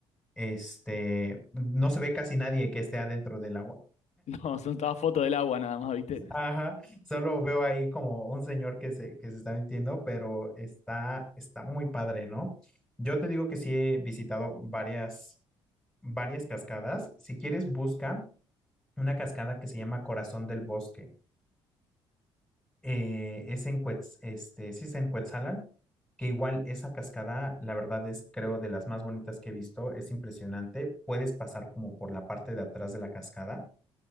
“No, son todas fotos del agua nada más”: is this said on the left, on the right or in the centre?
Left